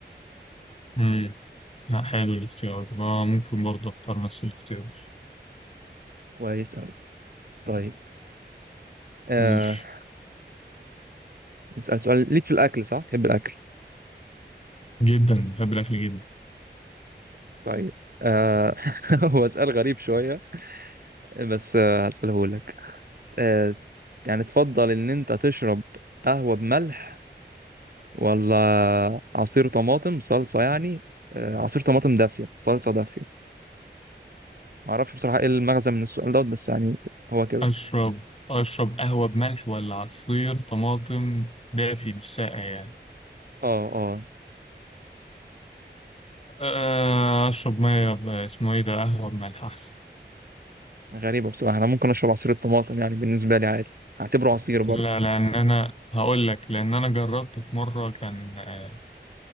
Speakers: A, on the left; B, on the right.
A: مم. لا حلو الاختيار ده آه، ممكن برضه أختار نفس الاختيار
B: كويس أوي طيب آه
A: ماشي
B: نسأل سؤال ليك في الأكل صح؟ تحب الأكل
A: جدا بحب الأكل جدا
B: طيب آه <laughs> هو سؤال غريب شوية بس آه هسأله لك آه يعني تفضل إن أنت تشرب قهوة بملح ولا عصير طماطم صلصة يعني آه عصير طماطم دافية صلصة دافية معرفش بصراحة إيه المغزى من السؤال دوت بس يعني هو كده
A: أشرب أشرب قهوة بملح ولا عصير طماطم دافي مش ساقع يعني
B: آه آه
A: آه، أشرب مية ب- اسمه إيه ده قهوة بملح أحسن
B: غريبة بصراحة أنا ممكن أشرب عصير الطماطم يعني بالنسبة لي عادي هعتبره عصير برضه
A: لا لأن أنا هقول لك لأن أنا جربت في مرة كان آه،